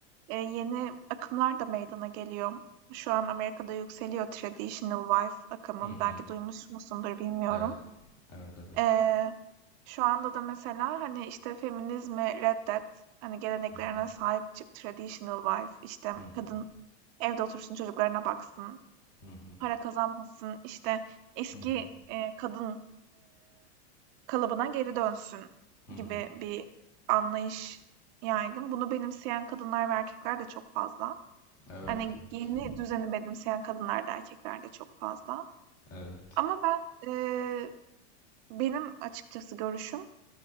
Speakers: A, on the right (about 40°); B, on the left (about 40°).
A: eee, yeni akımlar da meydana geliyor. Şu an Amerika'da yükseliyor traditional wife akımı.
B: Hı hı.
A: Belki duymuş musundur bilmiyorum.
B: Evet, evet, evet.
A: Eee, şu anda da mesela, hani, işte, feminizmi reddet, hani, geleneklerine
B: Hı hı.
A: sahip çık, traditional wife, işte,
B: Hı hı.
A: kadın evde otursun, çocuklarına baksın,
B: Hı hı.
A: para kazanmasın, işte, eski,
B: Hı hı.
A: eee, kadın, kalıbına geri dönsün
B: Hı
A: gibi
B: hı.
A: bir anlayış yaygın. Bunu benimseyen kadınlar ve erkekler de çok fazla.
B: Evet,
A: Hani
B: evet.
A: yeni düzeni benimseyen kadınlar da erkekler de çok fazla.
B: Evet.
A: Ama ben eee, benim açıkçası görüşüm